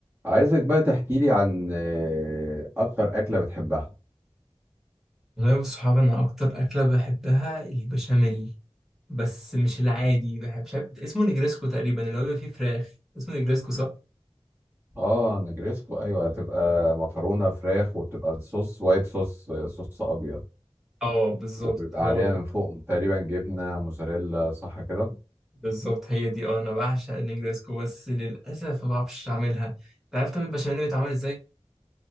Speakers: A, on the right; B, in the centre.
A: عايزك بقى تحكي لي عن آه، اكتر اكله بتحبها
B: والله بالصحاب انا اكتر اكله بحبها البشاميل بس مش العادي بحب مش عارف اسمه نجريسكو تقريبا اللي هو بيبقى فيه فراخ اسمه نجريسكو صح
A: اه نجريسكو ايوه بتبقى مكرونه فراخ وبتبقى الصوص وايت صوص آه، صوص ابيض
B: اه بالظبط
A: وبيبقى
B: هو
A: عليها
B: ده
A: من فوق تقريبا جبنه موزاريلا صح كده
B: بالظبط هي دي اه انا بعشق النجريسكو بس للاسف ما بعرفش اعملها انت عارف طب البشاميل اللي بيتعمل ازاي